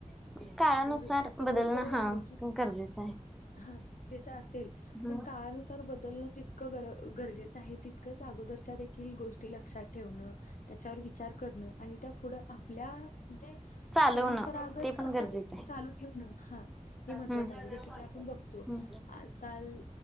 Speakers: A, in the centre; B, on the left.
A: <unintelligible> काळानुसार
B: तर असं
A: बदलणं
B: ब बरोबर
A: हा
B: आहे की
A: गरजेचं आहे
B: हा त्याच असेल
A: हम्म
B: पण काळानुसार बदलणं जितकं गर गरजेचं आहे तितकंच अगोदरच्या देखील गोष्टी लक्षात ठेवण त्याच्यावर विचार करणं आणि त्या पुढं आपल्या म्हणजे
A: चालवणं
B: परंपरागत
A: ते पण
B: असं
A: गरजेचं आहे
B: चालू ठेवणं हा हे महत्त्वाचं
A: हम्म
B: आहे जस की आपण बघतो
A: हम्म
B: आजकाल